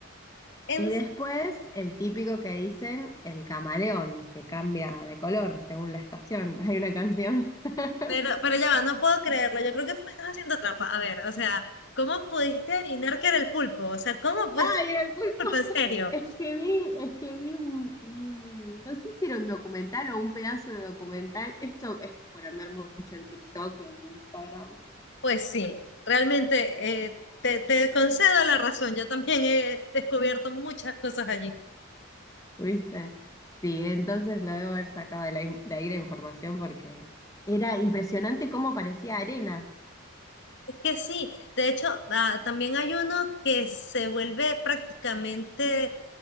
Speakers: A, on the left (about 55°); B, on the left (about 15°).
A: En-
B: Y después el típico que dicen el camaleón, que cambia de color según la estación. <laughs> Hay una canción. <laughs>
A: pero, pero ya va, no puedo creerlo. Yo creo que tú me estás haciendo trampa. A ver, o sea, ¿cómo pudiste adivinar que era el pulpo? O sea, ¿cómo pudiste
B: Ah,
A: adivinar
B: y era el pulpo.
A: el pulpo
B: <laughs>
A: en serio?
B: Es que vi, es que vi un, un- no sé si era un documental o un pedazo de documental. Esto es por andar mu- mucho en TikTok y en Instagram,
A: Pues sí, realmente eh, te, te concedo la razón. Yo también he descubierto muchas cosas allí.
B: ¿viste? Sí, entonces lo debo haber sacado de, la in- de ahí la información porque era impresionante cómo parecía arena.
A: Es que sí, de hecho, ah, también hay uno que se vuelve prácticamente,